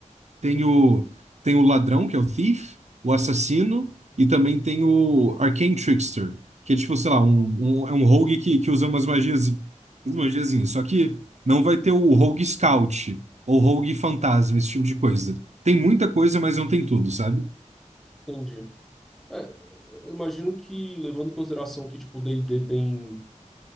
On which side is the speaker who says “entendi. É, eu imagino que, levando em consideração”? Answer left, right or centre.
Centre